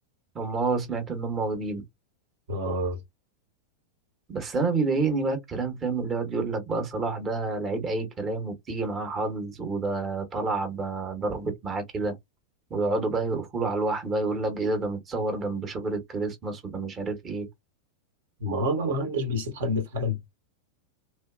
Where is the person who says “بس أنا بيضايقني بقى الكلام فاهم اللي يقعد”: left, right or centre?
Right